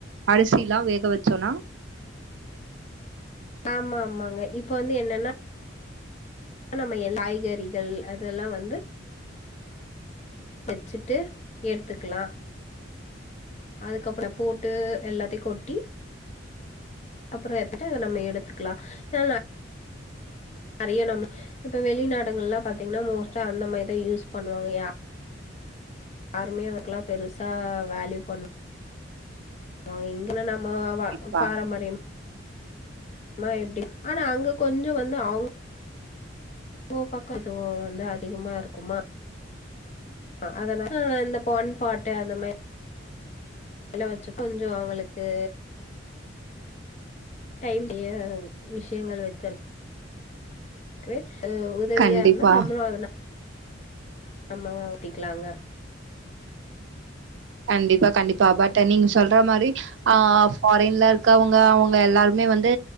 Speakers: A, on the right (about 70°); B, on the left (about 35°).
A: அரிசி எல்லாம் வேக வச்சோம்னா
B: ஆமா ஆமாங்க இப்ப வந்து என்னன்னா ஆ நம்ம என் காய்கறிகள் அதெல்லாம் வந்து வச்சுட்டு ஏடுத்துக்கலாம் அதுக்கப்புறம் போட்டு எல்லாத்தையும் கொட்டி அப்புறம் எத்துட்டு அதை நம்ம எடுத்துக்கலாம் ஏ நிறைய நம்ம இப்ப வெளிநாடுகள் எல்லாம் பாத்தீங்கன்னா மோஸ்டா அந்த மாதிரிதான் யூஸ் பண்ணுவாங்க யா யாருமேக்கெல்லாம் பெருசா வேல்யூ பண்ணும் ஆ என்ன நம்மோ ஆ
A: ப்பா
B: பாரம்பரியம் மா எப்டி ஆனா அங்க கொஞ்ச வந்து அவங் ஓ பக்க முக்கியுத்துவோ வந்து அதிகமா இருக்குமா அதனால இந்த பொன் பாட்டு அந்த மாரிலா வச்சு கொஞ்சொ அவங்களுக்கு டைம் <unintelligible> விஷயங்கள் வைத்திருக் ஓகே ஆ உதவியா
A: கண்டிப்பா
B: இருந்தா நம்மளு அத நா ம்மவா ஊத்திக்கலாங்க
A: கண்டிப்பா கண்டிப்பா பட் நீங்க சொல்ற மாரி ஆஹ் ஃபாரின்ல இருக்கவங்க அவங்க எல்லாருமே வந்து